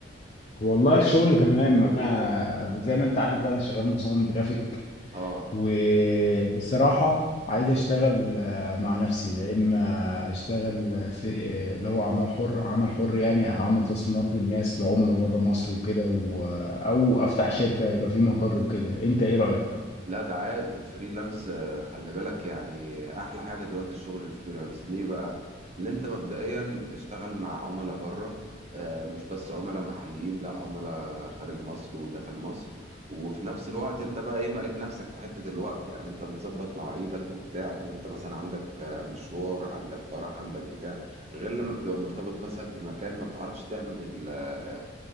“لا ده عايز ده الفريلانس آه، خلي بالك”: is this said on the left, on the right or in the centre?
Right